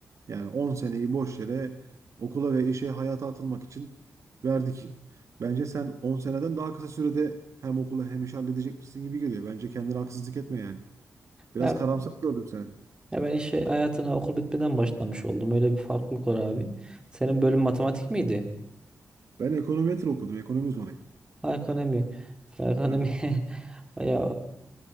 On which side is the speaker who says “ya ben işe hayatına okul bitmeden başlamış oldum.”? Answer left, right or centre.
Right